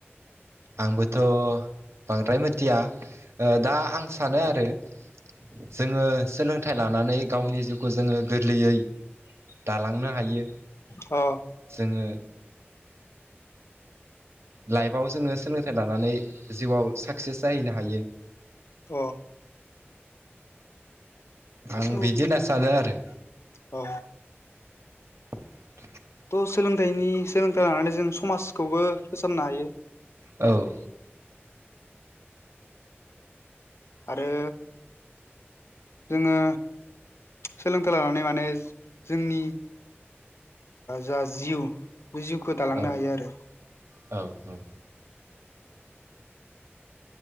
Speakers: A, on the right; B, on the left.
A: आंबोथ' बांद्राय मिथिया दा आं सानो आरो जोङो सोलोंथाइ लानानै गावनि जिउखौ जोङो गोरलैयै दालांनो हायो
B: अ
A: जोङो लाइफआव जोङो सोलोंथाइ लानानै जिउआव साक्सेस जाहैनो हायो
B: अ
A: आं
B: दाथ
A: बिदि होनना सानो आरो
B: अ
A: <inaudible>
B: थ' सोलोंथाइनि सोलोंथाइ लानानै जों समाजखौबो फोसाबनो हायो।
A: औ
B: आरो जोङो सोलोंथाइ लानानै माने जोंनि जा जिउ बे जिउखौ दालांनो
A: औ
B: हायो आरो
A: औ औ